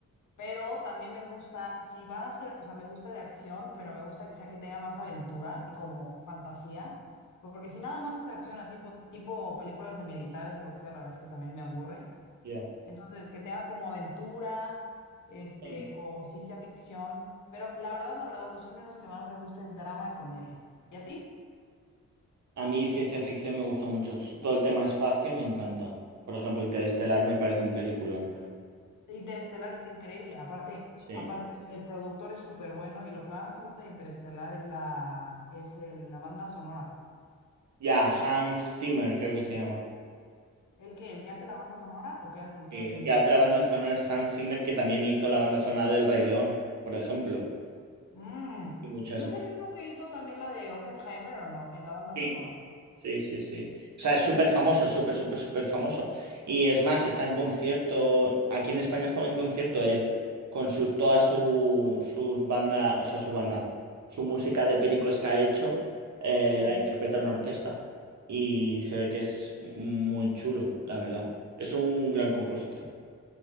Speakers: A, on the left; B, on the right.
A: Pero también me gusta, si van a ser, o sea, me gusta de acción, pero me gusta que sea que tenga más aventura y como fantasía. Porque si nada más es acción así, po- tipo películas de militares o lo que sea, la verdad es que también me aburre.
B: Ya.
A: Entonces, que tenga como aventura, este,
B: Sí.
A: o ciencia ficción. Pero la verdad, la verdad, los géneros que más me gusta es drama y comedia. ¿Y a ti?
B: A mí ciencia ficción me gusta mucho. S- Todo el tema espacio me encanta. Por ejemplo, Interestelar me parece un peliculón.
A: Interestelar está increíble. Aparte,
B: Sí.
A: aparte, el productor es súper bueno y lo que más me gusta de Interestelar es la, es el- la banda sonora.
B: Ya, Hans Zimmer creo que se llama.
A: ¿El que ¿El que hace la banda sonora? ¿O que el que
B: Sí,
A: el,
B: el que hace la
A: el-
B: banda sonora es Hans Zimmer, que también hizo la banda sonora del Rey León, por ejemplo.
A: Mm,
B: Y muchas
A: ¿No
B: más.
A: es el mismo que hizo también la de Oppenheimer o no? En la banda
B: Sí,
A: sonora.
B: sí, sí, sí. O sea, es súper famoso, súper, súper, súper famoso. Y es más, está en concierto. Aquí en España estaba en concierto él, con sus, todas su- sus bandas, o sea, su banda, su música de películas que ha hecho, eh,
A: Ujú.
B: la interpreta una orquesta. Y se ve que es muy chulo, la verdad. Es un gran compositor.